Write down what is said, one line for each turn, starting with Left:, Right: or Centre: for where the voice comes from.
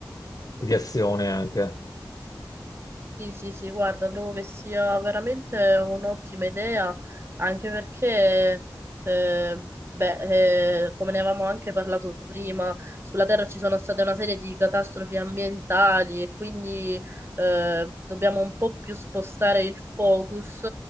Left: e di azione anche.
Right: Sì, sì, sì, guarda, trovo che sia veramente un'ottima idea, anche perché, eh, beh, eh, come ne avevamo anche parlato prima, sulla Terra ci sono state una serie di catastrofi ambientali e quindi eh, dobbiamo un po' più spostare il focus